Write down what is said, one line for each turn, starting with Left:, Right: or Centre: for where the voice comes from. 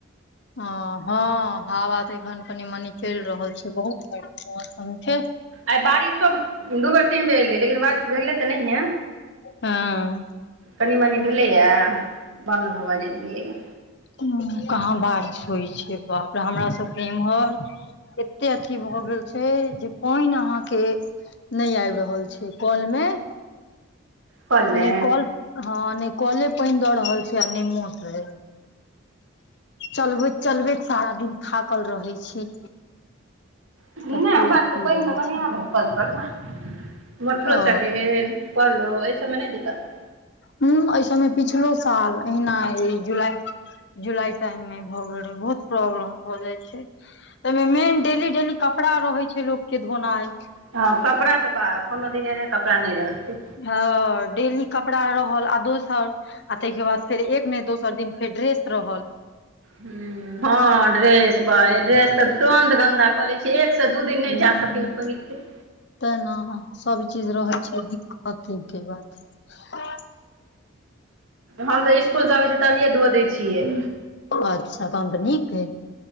Left: ह, हँ, हवा तऽ एखन कनि -मनी चलि रहल छै, बहुत बढिया मौसम छै।
Right: आइ बारिशो दू बेर, तीन बेर एले, लेकिन बारिश भेले तऽ नहिये।
Left: हँ।
Right: कनी- मनी भेलैएा बन्द भऽ जाइ गेलैया।
Left: उ कहाँ बारिश होइ छै बाप रे, हमरा सबके इम्हर। एते अथी भऽ गेल छै, जे पइन अहाँके नय आबि रहल छै, कँल मे।
Right: कलमे
Left: ने कल हँ, नहि कौले पइन द रहल छै, आ ने मोटरे। चलबैत -चलबैत सारा दिन थाकल रहै छी।
Right: नय
Left: तते
Right: हमरा
Left: अथी
Right: आर के तऽ पइन
Left: रहै
Right: त बढ़िया
Left: छै
Right: आंबे य कॉल- तॉल मे। मोटरो
Left: ओ
Right: चले है, कॉलो एहिसबमे नहि दिक्कत है।
Left: हुं, एहि सबमे पिछलो साल, एहिना ऐले जुलाई जुलाई टाइम मे भऽ गेल रहै, बहुत प्रॉब्लम भऽ जाइ छै। तइमे मेन डेली -डेली कपड़ा रहै छै लोकके धोनाइ।
Right: हँ, कपड़ा तऽ बा, कोनो दिन एने कपड़ा नहि रहतै।
Left: हँ। डेली कपड़ा रहल, आ दोसर आ ताहिके बाद फेर एक नहि दोसर दिन फेर ड्रेस रहल।
Right: हुं, हँ ड्रेस, बा ड्रेस तऽ तुरन्त गन्दा कऽलै छै, एक से दू दिन नहि
Left: ह
Right: जा सकै हइ पहिरके।
Left: ते ना हँ, सभचीज रहै छै दिक्कते के बात। आ <inaudible>
Right: हम तऽ स्कूल से आबै छियै, तभिए धो दैय छियै।
Left: अच्छा! तहन तऽ नीक अय।